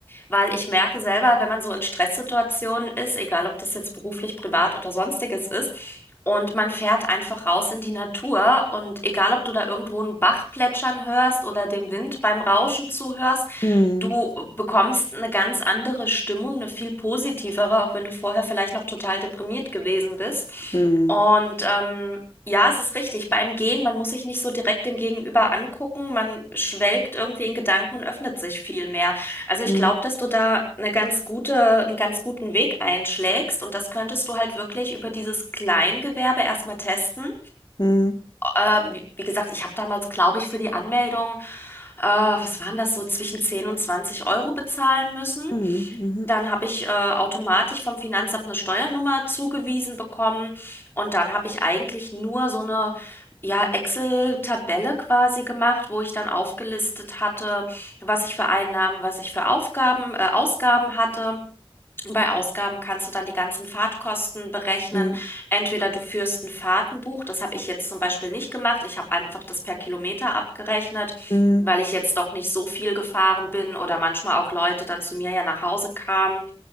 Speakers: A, on the left; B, on the left.
A: weil ich merke selber, wenn man so in Stresssituationen ist, egal ob das jetzt beruflich, privat oder sonstiges ist, und man fährt einfach raus in die Natur und egal ob du da irgendwo einen Bach plätschern hörst oder dem Wind beim Rauschen zuhörst,
B: Mhm.
A: du bekommst eine ganz andere Stimmung, eine viel positivere, auch wenn du vorher vielleicht noch total deprimiert gewesen bist.
B: Mhm.
A: Und ähm, ja, es ist richtig. Beim Gehen, man muss sich nicht so direkt dem Gegenüber angucken. Man schwelgt irgendwie in Gedanken und öffnet sich viel mehr. Also ich
B: Mhm.
A: glaube, dass du da eine ganz gute, einen ganz guten Weg einschlägst und das könntest du halt wirklich über dieses Kleingewerbe erstmal testen.
B: Mhm.
A: Ähm, wie, wie gesagt, ich habe damals, glaube ich, für die Anmeldung, äh, was waren das so, zwischen 10 und 20 Euro bezahlen müssen.
B: Mhm.
A: Dann habe ich äh, automatisch vom Finanzamt eine Steuernummer zugewiesen bekommen und dann habe ich eigentlich nur so eine ja, Excel-Tabelle quasi gemacht, wo ich dann aufgelistet hatte, was ich für Einnahmen, was ich für Aufgaben, äh, Ausgaben hatte. Bei Ausgaben kannst du dann die ganzen Fahrtkosten berechnen.
B: Mhm.
A: Entweder du führst ein Fahrtenbuch, das habe ich jetzt zum Beispiel nicht gemacht. Ich habe einfach das per Kilometer abgerechnet,
B: Mhm.
A: weil ich jetzt doch nicht so viel gefahren bin oder manchmal auch Leute dann zu mir ja nach Hause kamen.